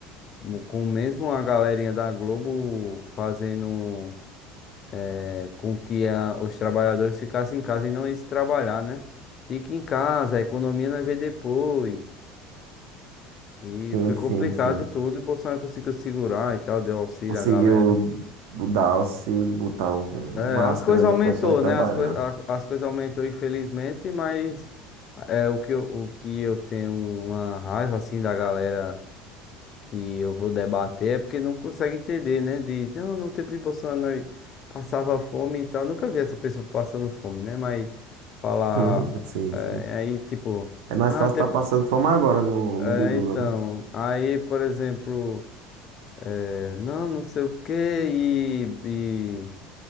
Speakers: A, on the left; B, on the right.
A: mo- com mesmo a galerinha da Globo fazendo é, com que a- os trabalhadores ficassem em casa e não iam se trabalhar, né? Fique em casa, a economia nós vê depois. E
B: Sim,
A: foi complicado
B: sim, sim.
A: tudo, e Bolsonaro conseguiu segurar e tal, deu auxílio
B: Conseguiu
A: à galera.
B: dar auxílio, botar um
A: É,
B: um máscara,
A: as coisas
B: né,
A: aumentou,
B: pro pessoal ir trabalhar.
A: né? As, coi a- as coisas aumentou, infelizmente, mas é, o que eu, o que eu tenho uma raiva, assim, da galera que eu vou debater é porque não consegue entender, né? Diz, não, no tempo de Bolsonaro passava fome e tal. Nunca vi essa pessoa passando fome, né? Mas falar,
B: <laughs> Sim,
A: é,
B: sim.
A: aí, tipo,
B: É mais
A: ah,
B: fácil
A: teve-
B: estar passando fome agora no,
A: é,
B: no de Lula,
A: então,
B: né?
A: aí, por exemplo... É, não, não sei o que e, e,